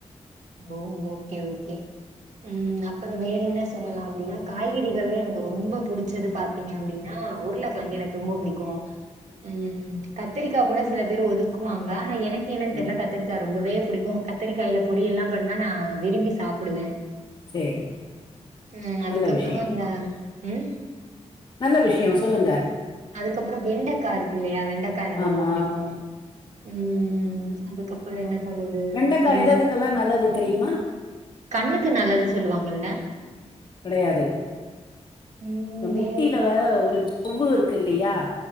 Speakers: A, on the right; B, on the left.
A: ஓ ஓக்கே ஓக்கே ம் அப்பறோ வேற என்ன சொல்லலா அப்டின்னா காய்கறிகள்லா எனக்கு ரொம்ப புடிச்சது பாத் த்திங்க அப்டின்னா உருள கெழங்க எனக்கு ரொம்ப புடிக்கு ம் கத்திரிக்கா கூட சில பேரு ஒதுக்குவாங்க ஆனா எனக்கு என்னன்னு
B: ஆமா
A: தெர்ல கத்தரி கா ரொம்பவே புடிக்கு கத்திரிக்காய்ல பொரியல்லா பண்ணா நா விரும்பி சாப்புடுவே
B: சேரி
A: ம் அதுக்கப்பறோ
B: நல்ல விஷயோ
A: அந்த ம்
B: நல்ல விஷ்யோ சொல்லுங்க
A: அதுக்கப்பறோ வெண்டைக்கா இருக்கு இல்லையா வெண்டைக்கா எனக்கு
B: ஆமா
A: ரொம்ப பிடிக்கு ம் அதுக்கப் சொல்னா என்ன சொல்றது
B: வெண்டக்கா
A: இந்த
B: எது எதுக்கெல்லா நல்லது தெரியுமா
A: கண்ணுக்கு நல்லது சொல்லுவாங்கல்ல
B: கெடையாது
A: ம்
B: இந்த முட்டில
A: வேற
B: ஒரு ஜவ்வு இருக்கு இல்லுயா